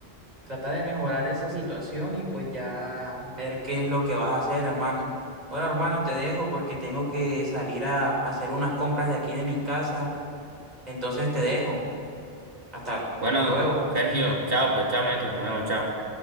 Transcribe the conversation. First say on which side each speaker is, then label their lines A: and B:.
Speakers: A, on the right; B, on the right.
A: Trata de mejorar esa situación y pues ya ver qué es lo que vas a hacer, hermano. Bueno, hermano, te dejo porque tengo que salir a hacer unas compras de aquí de mi casa. Entonces te dejo. Hasta
B: Bueno,
A: luego.
B: Sergio, chao, pues, chao, manito, nos vemos, chao.